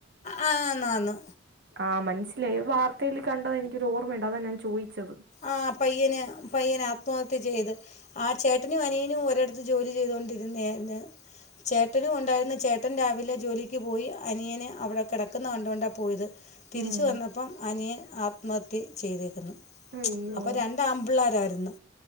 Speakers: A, on the left; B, on the right.
A: ആ ആ നാന്
B: ആഹ് മനസ്സിലായി വാർത്തയിൽ കണ്ടതെനിക്കൊരു ഓർമ്മയുണ്ട് അതാഞാൻ ചോയ്ച്ചത്
A: ആ പയ്യന് പയ്യന് ആത്മഹത്യ ചെയ്ത് ആ ചേട്ടനും അനിയനും ഒരിടത്ത് ജോലി ചെയ്തൊണ്ടിരുന്നാര്ന്ന്. ചേട്ടനും ഉണ്ടായിരുന്ന് ചേട്ടൻ രാവിലെ ജോലിക്ക് പോയി അനിയനെ അവിടെ കെട ക്ക്ന്ന കണ്ടോണ്ടാ പോയത് തിരിച്ച
B: ഉം
A: വന്നപ്പം അനിയൻ ആത്മഹത്യ ചെയ്തേക്ക്ന്ന്. മ്മ്ച്
B: അയ്യോ
A: അപ്പ രണ്ടാമ്പിള്ളേരായിരുന്ന്